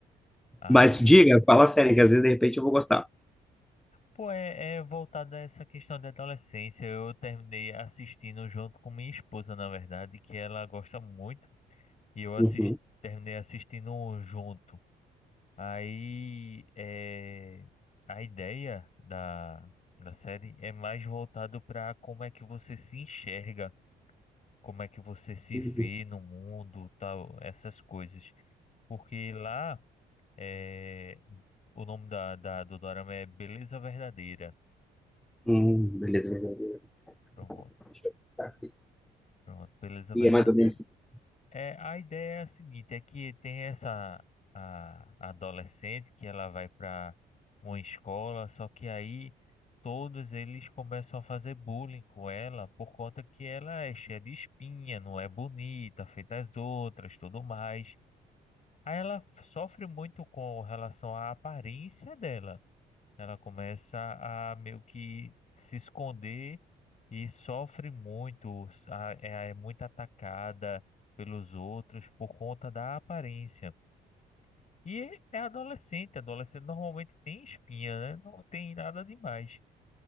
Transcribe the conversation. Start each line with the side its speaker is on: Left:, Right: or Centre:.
Left: Ah,
Centre: Mas diga, fala sério, que às vezes, de repente, eu vou gostar.
Left: Pô, é, é voltado a essa questão da adolescência. Eu terminei assistindo junto com minha esposa, na verdade, que ela gosta muito. E eu assisti
Centre: Uhum.
Left: terminei assistindo junto. Aí, é, a ideia da, da série é mais voltado para como é que você se enxerga, como é que você se
Centre: Uhum.
Left: vê no mundo, tal, essas coisas. Porque lá, é, o nome da, da, do dorama é Beleza Verdadeira.
Centre: Hum, beleza, beleza. beleza.
Left: Pronto.
Centre: Deixa eu ver.
Left: Pronto, beleza
Centre: E
Left: verdadeira.
Centre: é mais ou menos... isso.
Left: É, a ideia é a seguinte, é que tem essa a adolescente que ela vai para uma escola, só que aí todos eles começam a fazer bullying com ela por conta que ela é cheia de espinha, não é bonita, feita as outras, tudo mais. Aí ela f- sofre muito com relação à aparência dela. Ela começa a meio que se esconder e sofre muito, a- é, é muito atacada pelos outros por conta da aparência. E é adolescente, adolescente normalmente tem espinha, né? Não tem nada demais.